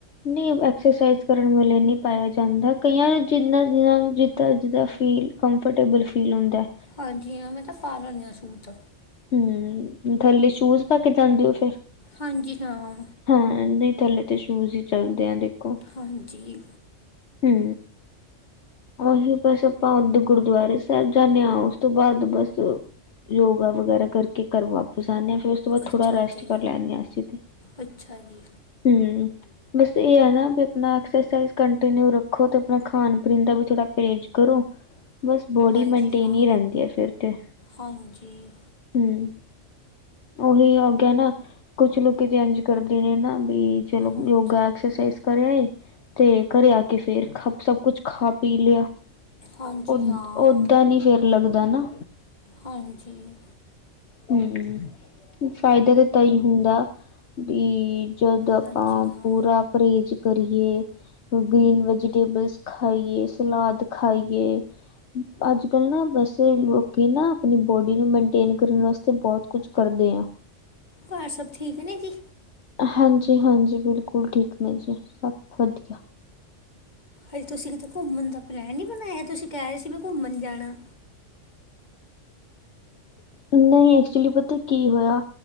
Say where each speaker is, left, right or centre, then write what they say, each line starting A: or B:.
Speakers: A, on the left; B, on the left.
A: ਨਹੀਂ ਐਕਸਰਸਾਈਜ਼ ਕਰਨ ਵੇਲੇ ਨਹੀਂ ਪਾਇਆ ਜਾਂਦਾ, ਕਈਆਂ ਨੂੰ ਜਿੰਦ ਜਿਨ੍ਹਾਂ ਨੂੰ ਜਿੱਦਾਂ ਜਿੱਦਾਂ ਫੀਲ ਕੰਫਰਟੇਬਲ ਫੀਲ ਹੁੰਦਾ ਹੈ।
B: ਹਾਂਜੀ ਹਾਂ, ਮੈਂ ਤਾਂ ਪਾ ਲੈਣੀ ਹਾਂ ਸੂਟ
A: ਹੂੰ ਥੱਲੇ ਸ਼ੂਜ ਪਾ ਕੇ ਜਾਂਦੇ ਹੋ ਫੇਰ
B: ਹਾਂਜੀ ਹਾਂ,
A: ਹਾਂ ਨਹੀਂ ਥੱਲੇ ਤਾਂ ਸ਼ੂਜ ਹੀ ਚੱਲਦੇ ਆ ਦੇਖੋ।
B: ਹਾਂਜੀ,
A: ਹੂੰ। ਓਹੀ ਬੱਸ ਅਪਾਂ ਆਪਦੇ ਗੁਰਦੁਆਰੇ ਸੈਬ ਜਾਂਨੇ ਆ ਉਸ ਤੋ ਬਾਦ ਬੱਸ ਯੋਗਾ ਵਗੈਰਾ ਕਰਕੇ ਘੱਰ ਵਾਪਿਸ ਆਨੇ ਆ ਫੇਰ ਉਹ ਤੋਂ ਥੋੜ੍ਹਾ
B: ਅੱਛਾ
A: ਰੈਸਟ
B: ਜੀ
A: ਕਰ ਲੈਂਣੇ ਆਂ ਅਸੀਂ ਤੇ
B: ਅੱਛਾ ਜੀ
A: ਹਂ, ਬਸ ਇਹ ਐ ਨਾਂ ਵੀ ਆਪਣਾ ਐਕਸਰਸਾਈਜ਼ ਕਨ ਟ ਨੂੰ ਰੱਖੋ ਤੇ ਆਪਣਾ ਖਾਣ-ਪੀਣ ਦਾ ਵੀ ਥੋੜ੍ਹਾ ਪਰਹੇਜ਼ ਕਰੋ ਬਸ ਬੋਡੀ
B: ਹਾਂਜੀ
A: ਮੇਂਨਟੇਨ
B: ਹਾਂ
A: ਈ ਰਹਿੰਦੀ ਆ ਫਿਰ ਤੇ
B: ਹਾਂਜੀ
A: ਹਂ, ਉਹੀ ਹੋ ਗਿਆ ਨਾਂ, ਕੁਛ ਲੋਕੀ ਇੰਜ ਕਰਦੇ ਨੇਂ ਨਾਂ ਬੀ ਚਲੋ
B: ਹਾਂਜੀ
A: ਯੋਗਾ ਐਕਸਰਸਾਈਜ਼ ਕਰਿ ਆਏ ਤੇ ਘਰੇ ਆ ਕੇ ਫੇਰ ਖਪ ਸਭ ਕੁਛ ਖਾ ਪੀ ਲਿਆ,
B: ਹਾਂਜੀ
A: ਓਦ
B: ਹਾਂ
A: ਓਦਾਂ ਨੀਂ ਚਿਰ ਲੱਗਦਾ ਨਾਂ
B: ਹਾਂਜੀ
A: ਹਂ, ਫਾਇਦਾ ਤਾਂ ਈ ਹੁੰਦਾ, ਵੀ ਜਦੋਂ ਆਪਾਂ
B: ਹਾਂਜੀ ਹਾਂ
A: ਪੂਰਾ ਪਰਹੇਜ਼ ਕਰੀਏ। ਗ੍ਰੀਨ ਵੈਜੀਟੇਬਲਸ ਖਾਈਏ, ਸਲਾਦ ਖਾਈਏ। ਅੱਜ-ਕੱਲ੍ਹ ਨਾ ਵੈਸੇ ਲੋਕ ਨਾ ਆਪਣੀ ਬੋਡੀ ਨੂੰ ਮੇਨਟੇਨ ਕਰਨ ਵਾਸਤੇ ਬਹੁਤ ਕੁਝ ਕਰਦੇ ਆ।
B: ਘਰ ਸਭ ਠੀਕ ਨੇ ਜੀ,
A: ਹਾਂਜੀ-ਹਾਂਜੀ ਬਿਲਕੁਲ ਠੀਕ ਨੇ ਜੀ ਸਭ ਵਧੀਆ।
B: ਹਜੇ ਤੁਸੀਂ ਕਿਤੇ ਘੁੰਮਣ ਦਾ ਪਲੈਨ ਨਹੀਂ ਬਣਾਇਆ। ਤੁਸੀਂ ਕਹਿ ਰਹੇ ਸੀ ਮੈਂ ਘੁੰਮਣ ਜਾਣਾ।
A: ਨਹੀਂ ਐਕਚੁਲੀ ਪਤਾ ਕੀ ਹੋਇਆ